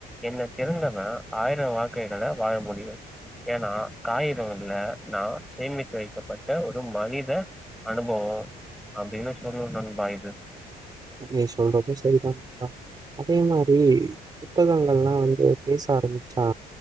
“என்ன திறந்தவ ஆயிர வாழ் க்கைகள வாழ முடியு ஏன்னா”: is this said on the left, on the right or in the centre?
Centre